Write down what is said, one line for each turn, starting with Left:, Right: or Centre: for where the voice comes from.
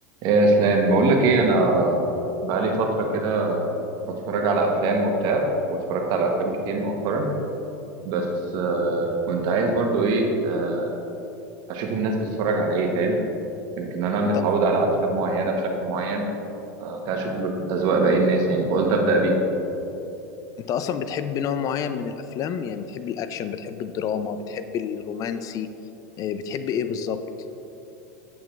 Right: إيه يا اسلام بقول لك ايه انا بقالي فتره كده بتفرج على افلام وبتاع واتفرجت على افلام كتير مؤخرا بس آه كنت عايز برضو ايه آه اشوف الناس بتتفرج على ايه فاهم يمكن انا متعود
Left: انت
Right: على افلام معينه بشكل معين آه كنت عايز اشوف اذواق باقي الناس يعني فقلت ابدا بيك
Left: انت اصلا بتحب نوع معين من الافلام يعني بتحب الاكشن بتحب الدراما بتحب الرومانسي آه، بتحب ايه بالظبط